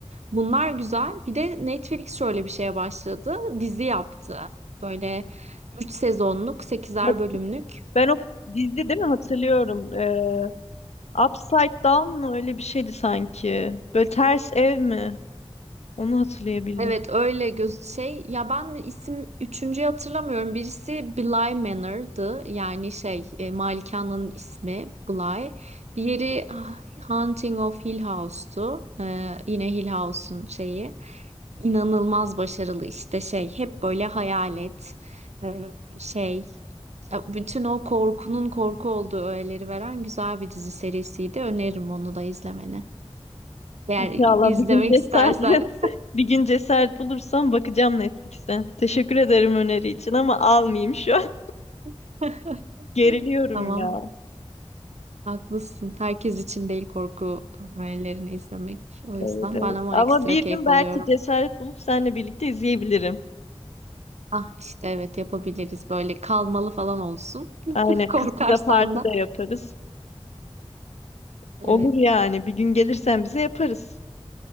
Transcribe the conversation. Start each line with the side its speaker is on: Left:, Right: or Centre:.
Right: Bunlar güzel. Bir de Netflix şöyle bir şeye başladı. Dizi yaptı. Böyle 3 sezonluk, sekizer
Left: Hat-
Right: bölümlük
Left: Ben o dizi değil mi hatırlıyorum. Ee, Upside Down mı öyle bir şeydi sanki. Böyle ters ev mi? Onu hatırlayabildim.
Right: Evet öyle göz şey ya ben isim üçüncüyü hatırlamıyorum. Birisi Bly Manor'dı. Yani şey e, malikanenin ismi Bly. Diğeri ah, Haunting of Hill House'tu. Ee, yine Hill House'un şeyi. İnanılmaz başarılı işte şey hep böyle hayalet e, şey ya bütün o korkunun korku olduğu öğeleri veren güzel bir dizi serisiydi. Öneririm onu da izlemeni. Eğer
Left: İnşallah
Right: izlemek
Left: bir gün cesaret,
Right: istersen.
Left: <laughs> bir gün cesaret bulursam bakacağım Netflix'e. Teşekkür ederim öneri için ama almayayım şu an.
Right: <laughs>
Left: Geriliyorum
Right: Tamam.
Left: ya.
Right: Haklısın. Herkes için değil korku öğelerini izlemek. O yüzden
Left: Evet, evet.
Right: ben ama
Left: Ama
Right: ekstra
Left: bir
Right: keyif
Left: gün belki
Right: alıyorum.
Left: cesaret bulup seninle birlikte izleyebilirim.
Right: Ah işte evet yapabiliriz. Böyle kalmalı falan olsun.
Left: Aynen.
Right: <laughs> Korkarsan
Left: Kız kıza parti
Right: da.
Left: de yaparız. Olur
Right: Evet.
Left: yani. Bir gün gelirsen bize yaparız.